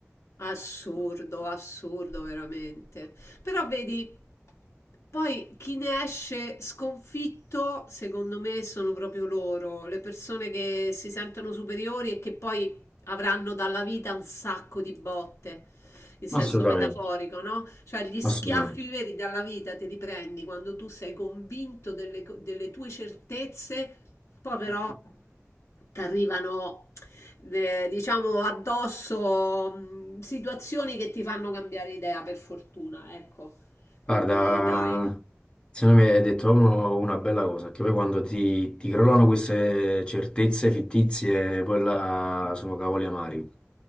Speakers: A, on the left; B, on the left.
A: Assurdo, assurdo veramente. Però vedi, poi chi ne esce sconfitto, secondo me, sono proprio loro, le persone che si sentono superiori e che poi avranno dalla vita un sacco di botte. in senso
B: Assolutamente,
A: metaforico, no? Cioè gli schiaffi
B: assolutamente.
A: veri dalla vita te li prendi quando tu sei convinto delle, co- delle tue certezze, poi però ti arrivano, eh, diciamo, addosso mh, situazioni che ti fanno cambiare idea, per fortuna, ecco. Quindi
B: Guarda,
A: dai.
B: secondo me hai detto proprio una bella cosa, che poi quando ti, ti crollano queste certezze fittizie, poi là sono cavoli amari.